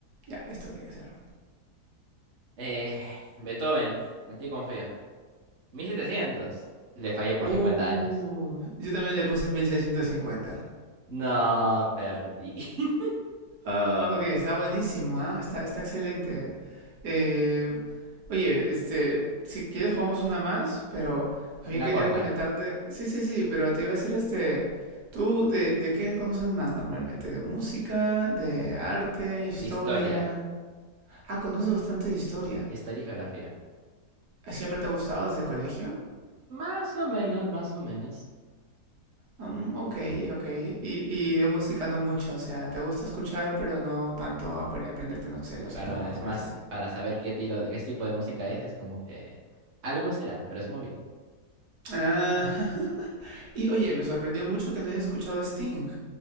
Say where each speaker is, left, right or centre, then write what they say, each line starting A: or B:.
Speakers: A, on the right; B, on the right.
A: Ya, esto tiene que ser.
B: Eh, Beethoven, en ti confío. 1700. Le fallé por
A: Oh,
B: 50 años.
A: yo también le puse 1650.
B: No, perdí. <laughs>
A: Ah, ok, está buenísimo, ¿ah? Está, está excelente. Eh, oye, este, si quieres jugamos una más, pero más bien
B: Una
A: quería
B: corta.
A: comentarte. Sí, sí, sí, pero te iba a decir, este, ¿tú de, de qué conoces más normalmente? ¿De música, de arte, historia?
B: De historia,
A: Ah, conoces bastante de historia.
B: historia y geografía.
A: ¿Siempre te ha gustado desde colegio?
B: Más o menos, más o menos.
A: Mm, ok, ok. Y, y de música no mucho, o sea, te gusta escuchar, pero no tanto apre- aprenderte, no sé, los
B: Claro,
A: nombres
B: es más
A: y así.
B: para saber qué tiro, de qué tipo de música es, es como que algo será, pero es movido.
A: Ah, <laughs> y oye, me sorprendió mucho que no hayas escuchado a Sting.